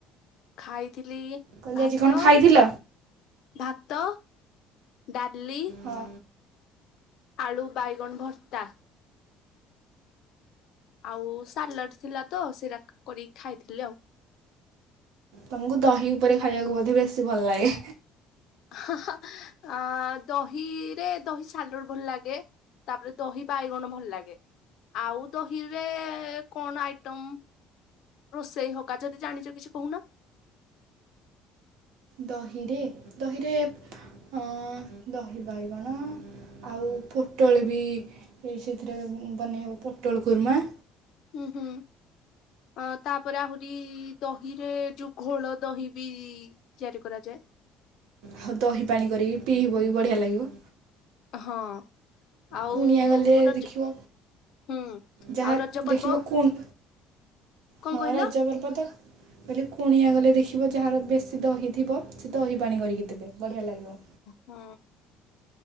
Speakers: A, on the left; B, on the right.
A: ଖାଇଥିଲି
B: କହିଲି
A: ଭାତ।
B: ଆଜି କଣ ଖାଇଥିଲ
A: ଭାତ ଡାଲି।
B: ହଁ
A: ଆଳୁ ବାଇଗଣ ଭର୍ତ୍ତା। ଆଉ ସାଲାଡ଼ ଥିଲା ତ ସେଇଟା କ କରିକି ଖାଇଦେଲି ଆଉ।
B: ତମକୁ ଦହି ଉପରେ ଖାଇବାକୁ ବୋଧେ ବେଶୀ ଭଲ ଲାଗେ।
A: ହାହା ଆ ଦହିରେ ଦହି ସାଲୁଡ ଭଲ ଲାଗେ। ତାପରେ ଦହି ବାଇଗଣ ଭଲ ଲାଗେ। ଆଉ ଦହିରେ କଣ ଆଇଟମ୍ ରୋଷେଇ ହକା ଯଦି ଜାଣିଛ କିଛି କହୁନ।
B: ଦହିରେ ଦହିରେ ଅ ଦହି ବାଇଗଣ। ଆଉ ପୋଟଳ ବି ସେଥିରେ ବନେଇ ହେବ ପୋଟଳ କୁର୍ମା।
A: ଉଁ ହୁଁ। ଅ ତାପରେ ଆହୁରି ଦହିରେ ଯୋଉ ଘୋଳ ଦହି ବି ତିଆରି କରାଯାଏ।
B: ଆଉ ଦହି ପାଣି କରିକି ପିଇବୁ ବଢ଼ିଆ ଲାଗିବ।
A: ହଁ। ଆଉ
B: କୁଣିଆ ଗଲେ
A: ରଜ
B: ଦେଖିବ।
A: ହୁଁ
B: ଯାହା
A: ଆଉ ରଜ ପର୍ବ
B: ଦେଖିବ କୁଣ
A: କଣ
B: ହଁ
A: କହିଲ
B: ରଜ ପର୍ବତ କହିଲେ କୁଣିଆ ଗଲେ ଦେଖିବ ଯାହାର ବେଶୀ ଦହି ଥିବ ସେ ଦହି ପାଣି କରିକି ଦେବେ ବଢିଆ ଲାଗିବ।
A: ହଁ।